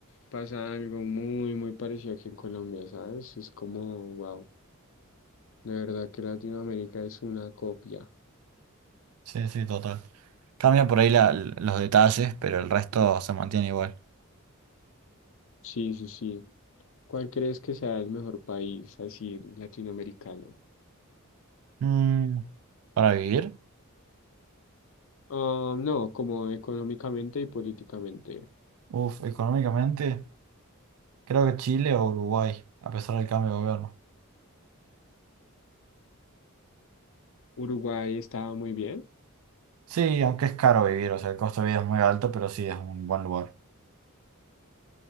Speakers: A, on the left; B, on the right.
A: Pasa algo muy, muy parecido aquí en Colombia, ¿sabes? Es como, wow. De verdad que Latinoamérica es una copia.
B: Sí, sí, total. Cambia por ahí la- los detalles, pero el resto se mantiene igual.
A: Sí, sí, sí. ¿Cuál crees que sea el mejor país así latinoamericano?
B: Mm, ¿para vivir?
A: Ah, no, como económicamente y políticamente.
B: Uf, económicamente. Creo que Chile o Uruguay, a pesar del cambio de gobierno.
A: Uruguay estaba muy bien.
B: Sí, aunque es caro vivir, o sea, el costo de vida es muy alto, pero sí es un buen lugar.